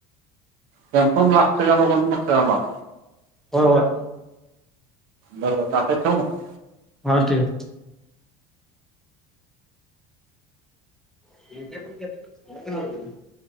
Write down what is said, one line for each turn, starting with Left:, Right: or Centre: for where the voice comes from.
Right: कॉंफॉर्म लागतंय का बगुन मग करायला लाव.
Centre: व्हय व्हय.
Right: बर बर चालतंय ठेऊ का.
Centre: हा ठीव. <unintelligible>